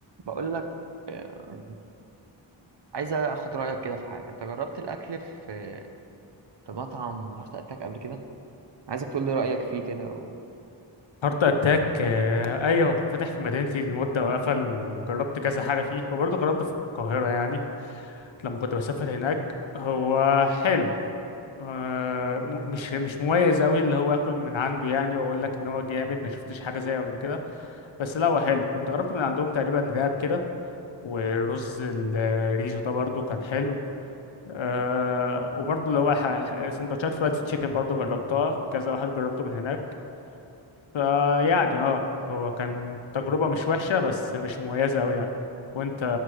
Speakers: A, on the right (about 60°); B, on the left (about 70°).
A: بقول لك آه، عايز اخد رايك كده في حاجه انت جربت الاكل في في مطعم هارت اتاك قبل كده عايزك تقول لي رايك فيه كده و...
B: هارت اتاك آه، ايوه هو كان فاتح في مدينتي لمده وقفل جربت كذا حاجه فيه وبرضه جربت في القاهره يعني لما كنت بسافر هناك هو حلو آه، م- مش مش مميز قوي اللي هو اكل من عنده يعني واقول لك ان هو جامد ما شفتش حاجه زيه قبل كده بس لا هو حلو كنت جربت من عندهم تقريبا راب كده ورز الريزو ده برضه كان حلو أه وبرضه اللي هو الح- الح- سندوتشات فرايد تشيكن برضه جربتها كذا واحد جربته من هناك فيعني اه هو كان تجربة مش وحشة بس مش مميزة أوي يعني وأنت